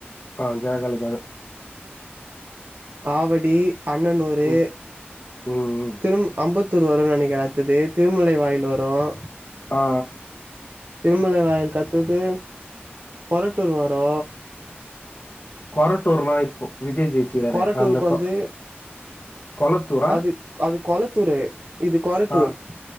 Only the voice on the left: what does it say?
ஆ ஜெயா காலேஜ் தா
ம் ம் ம்.
ஆ ஆ
கொரட்டூர்னா இப்போ விஜய் ஜெயசீலரு
அந்த
கொ கொளத்தூரா
ஆ